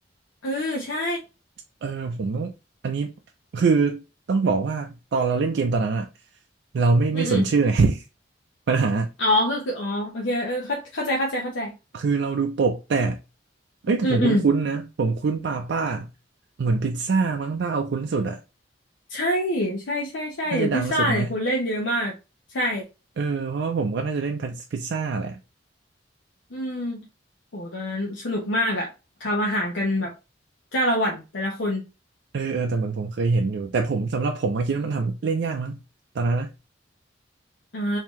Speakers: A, on the left; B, on the right.
A: เออใช่
B: เออผมต้องอันนี้คือต้องบอกว่าตอนเราเล่นเกมตอนนั้นอะเราไม่ไม่สนชื่อไง
A: อืมอืม
B: <laughs> ปัญหา
A: อ๋อก็คืออ๋อโอเคเออเข้าเข้าใจเข้าใจเข้าใจ
B: คือเราดูปกแต่เอ้ยแต่ผมคุ้นๆนะผมคุ้นป้าป้า
A: อืมอืม
B: เหมือนพิซซ่ามั้งถ้าเอาคุ้นสุดอะ
A: ใช่ใช่ใช่ใช่พิซซ่าเนี่ยคนเล่นเยอะมากใช่
B: น่าจะดังสุดไหมเออเพราะว่าผมก็น่าจะเล่นพิซซ่าแหละ
A: อืมโหตอนนั้นสนุกมากอะทำอาหารกันแบบจ้าละหวันแต่ละคน
B: เออเออแต่เหมือนผมเคยเห็นอยู่แต่ผมสำหรับผมมาคิดว่ามันทำเล่นยากมั้งตอนนั้นนะ
A: อ่า